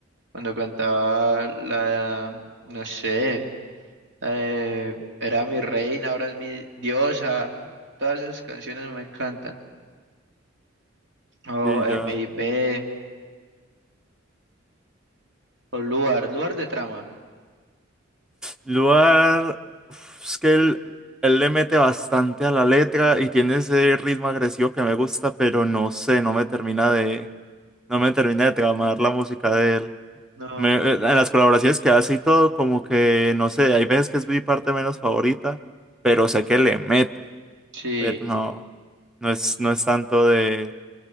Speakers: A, on the right; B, in the centre.
A: Cuando cantaba la, no sé, eh, era mi reina, ahora es mi diosa. Todas esas canciones me encantan. O
B: y
A: MIB,
B: ya.
A: o Luar, Luar de trama.
B: Lugar, uf, es que él, él le mete bastante a la letra y tiene ese ritmo agresivo que me gusta, pero no sé, no me termina de, no me termina de tramar la música de él.
A: No,
B: Me- eh, en las colaboraciones que hace y todo, como que, no sé, hay veces que es mi parte menos favorita, pero sé que le mete,
A: sí.
B: pero no, no es, no es tanto de,